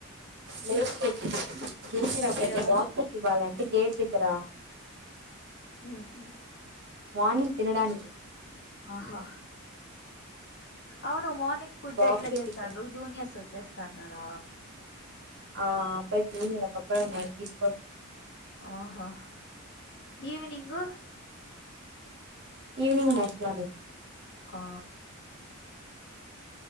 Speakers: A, on the right; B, on the left.
A: <inaudible> చూసినప్పతే
B: ఎవరు
A: బాక్సెస్ ఇవ్వాలంటే గేట్ దగ్గరా
B: ఉహు
A: మార్నింగ్ తినడానికి
B: ఆహా అవును మార్నింగ్ ఫుడ్
A: బాక్సెస్
B: ఎట్లా చేస్తాను
A: ఇవ్వ
B: జూనియర్స్ వస్తేస్తాన్నార
A: ఆ ఆ అబ్బాయ్ జూనియర్ ఉన్నాడు తీస్కోన్
B: ఆహో ఈవినింగ్
A: ఈవినింగ్ నెక్స్ట్ మార్నింగ్
B: ఆ